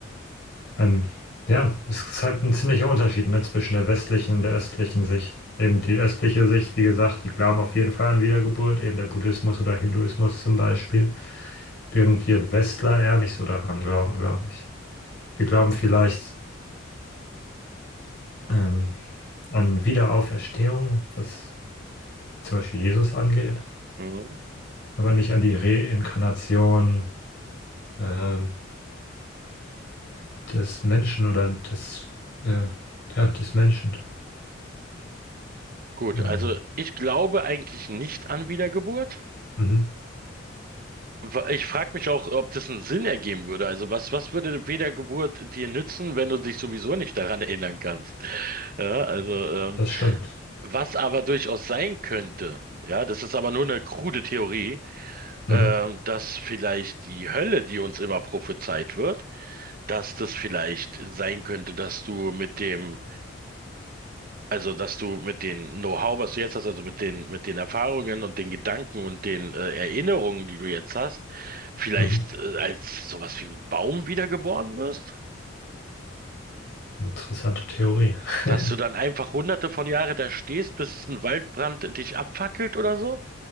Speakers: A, on the left; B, on the right.
A: Ähm, ja, es ist halt ein ziemlicher Unterschied, ne, zwischen der westlichen und der östlichen Sicht. Eben die östliche Sicht, wie gesagt, die glauben auf jeden Fall an Wiedergeburt, eben der Buddhismus oder Hinduismus zum Beispiel, während wir Westler eher nicht so daran glauben, glaube ich. Wir glauben vielleicht ähm, an Wiederauferstehung, was zum Beispiel Jesus angeht,
B: Mhm.
A: aber nicht an die Reinkarnation ähm, des Menschen oder des, äh, ja, des Menschen.
B: Gut,
A: Ähm,
B: also ich glaube eigentlich nicht an Wiedergeburt.
A: mhm,
B: Wa- Ich frage mich auch, ob das einen Sinn ergeben würde. Also was, was würde Wiedergeburt dir nützen, wenn du dich sowieso nicht daran erinnern kannst? Ja, also ähm,
A: das stimmt.
B: was aber durchaus sein könnte, ja, das ist aber nur eine krude Theorie,
A: Mhm,
B: ähm, dass vielleicht die Hölle, die uns immer prophezeit wird, dass das vielleicht sein könnte, dass du mit dem, also dass du mit dem Know-how, was du jetzt hast, also mit den, mit den Erfahrungen und den Gedanken und den äh, Erinnerungen, die du jetzt hast, vielleicht
A: mhm.
B: äh, als sowas wie ein Baum wiedergeboren wirst?
A: Interessante Theorie. <laughs>
B: Dass du dann einfach hunderte von Jahren da stehst, bis ein Waldbrand dich abfackelt oder so?